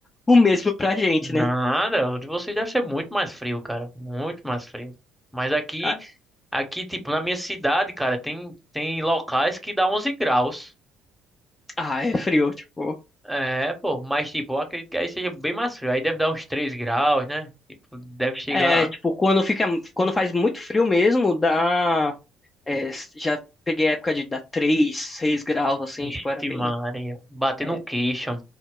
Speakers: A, on the left (about 25°); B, in the centre.
A: o mesmo pra gente,
B: Nada,
A: né?
B: o de vocês deve ser muito mais frio, cara. Muito mais frio. Mas aqui,
A: Ah,
B: aqui, tipo, na minha cidade, cara, tem, tem locais que dá 11 graus.
A: ah, é frio, tipo.
B: É, pô, mas tipo, eu acredito que aí seja bem mais frio. Aí deve dar uns 3 graus, né? Tipo, deve chegar.
A: É, tipo, quando fica, quando faz muito frio mesmo, dá. é, já peguei a época de dar 3 6 graus, assim,
B: Ixi,
A: tipo, era bem.
B: Maria, bater
A: é,
B: no queixo.